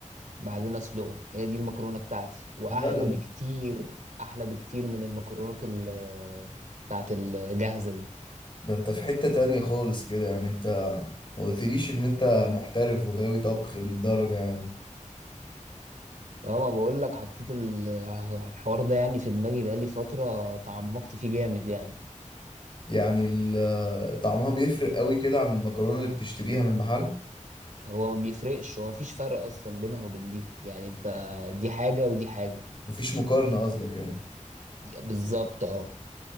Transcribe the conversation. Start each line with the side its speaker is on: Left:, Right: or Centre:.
Right: بعدين اسلقه هي دي المكرونه بتاعتي واحلى
Left: لا ده
Right: بكتير احلى بكتير من المكرونات ال بتاعت الجاهزه دي
Left: ده انت في حتة تانية خالص كده يعني انت ما قلتليش ان انت محترف وغاوي طبخ للدرجة يعني
Right: اه ما بقول لك حطيت ال- الحوار ده يعني في دماغي بقالي فتره تعمقت فيه جامد يعني
Left: يعني ال- طعمها بيفرق قوي كده عن المكرونة اللي بتشتريها من المحل
Right: هو ما بيفرقش هو مفيش فرق اصلا بينها وبين دي يعني انت دي حاجه ودي حاجه
Left: مفيش مقارنة قصدك يعني
Right: بالظبط اه